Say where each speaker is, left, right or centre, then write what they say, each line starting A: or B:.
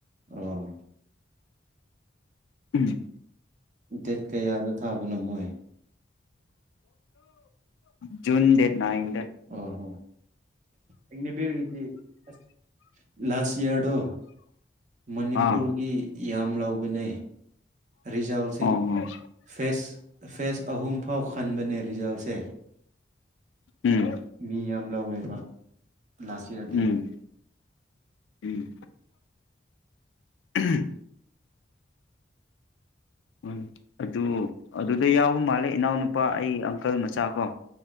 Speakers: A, on the right; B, on the left.
A: ꯑꯣ
B: ꯎꯝ
A: ꯗꯦꯠ ꯀꯌꯥꯗ ꯊꯥꯕꯅꯣ ꯃꯣꯏ
B: ꯖꯨꯟ ꯗꯦꯠ ꯅꯥꯏꯟ
A: ꯑꯣꯍꯣ ꯑꯛꯅꯤꯕꯤꯔꯒꯤꯗꯤ ꯑꯁ ꯂꯥꯁ ꯏꯌꯥꯔꯗꯣ ꯃꯅꯤꯄꯨꯔꯒꯤ
B: ꯑꯥ
A: ꯌꯥꯝ ꯂꯧꯕꯅꯦ ꯔꯤꯖꯜꯁꯦ
B: ꯑꯣ ꯑꯣ
A: ꯐꯦꯁ ꯐꯦꯁ ꯑꯍꯨꯝ ꯐꯥꯎ ꯈꯟꯕꯅꯦ ꯔꯤꯖꯜꯁꯦ
B: ꯎꯝ
A: ꯃꯤ ꯌꯥꯝ ꯂꯧꯋꯦꯕ ꯂꯥꯁꯏꯔꯗꯤ
B: ꯎꯝ ꯎꯝ ꯎꯝ ꯎ ꯑꯗꯨ ꯑꯗꯨꯗ ꯌꯥꯎꯕ ꯃꯥꯜꯂꯦ ꯏꯅꯥꯎꯅꯨꯄꯥ ꯑꯩ ꯑꯪꯀꯜ ꯃꯆꯥ ꯀꯣ